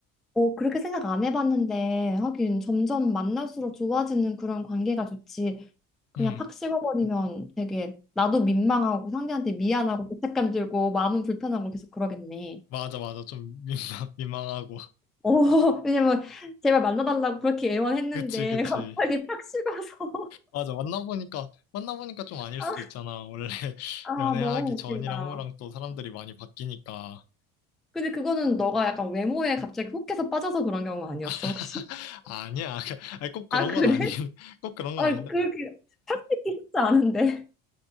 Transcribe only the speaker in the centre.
어, 그렇게 생각 안 해봤는데, 하긴 점점 만날수록 좋아지는 그런 관계가 좋지. 그냥
팍 식어버리면 되게 나도 민망하고 상대한테 미안하고 죄책감 들고 마음은 불편하고 계속 그러겠네.
어, <laughs> 왜냐면 제발 만나달라고 그렇게 애원했는데
<laughs> 갑자기 팍 식어서
<laughs>
아,
너무
웃긴다.
근데 그거는 너가 약간 외모에 갑자기 혹해서 빠져서 그런 경우 아니었어,
혹시?
아, 그래?
<laughs>
아,
그렇게 팍 식기 쉽지 않은데.